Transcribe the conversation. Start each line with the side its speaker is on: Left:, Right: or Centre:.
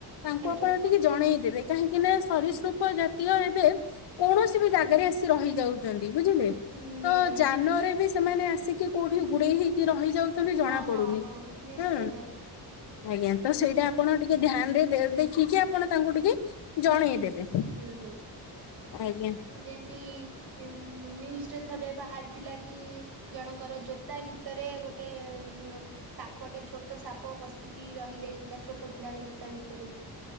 Left: ତାଙ୍କୁ
Right: ଆଜ୍ଞା
Left: ଆପଣ ଟିକେ ଜଣେଇଦେବେ କାହିଁକି ନା ସରିସୃପ ଜାତୀୟ ଏବେ କୌଣସି ବି ଜାଗାରେ
Right: ଆଜ୍ଞା।
Left: ଆସି ରହିଯାଉ ବୁଝିଲେ
Right: ହୁଁ
Left: ତ ଯାନରେ ବି ସେମାନେ ଆସିକି କୋଉଠି ଗୁଡେଇ ହେଇକି ରହିଯାଉଛନ୍ତି
Right: ହଁ
Left: ଜଣା ପଡ଼ୁନି
Right: ହଁ ହଁ ନିଶ୍ଚିନ୍ତ
Left: ଆଁ ଆଜ୍ଞା ତ ସେଇଟା ଆପଣ ଟିକେ ଧ୍ୟାନ ରେ ଦେଖିକି ଆପଣ ତାଙ୍କୁ ଟିକେ ଜଣେଇଦେବେ।
Right: ହୁଁ ହୁଁ।
Left: ଆଜ୍ଞା।
Right: ଯେମିତି ନ୍ୟୁଜରେ ଥରେ ବାହାରିଥିଲା କି ଜଣଙ୍କର ଜୋତା ଭି ରେ ଗୋଟେ ଉ ସାପଟେ ଛୋଟ ସାପ ବସିକି ରହି ଯାଇଥିଲା ଛୋଟ ପିଲାର ଜୋତା। ତା ଭିତରେ।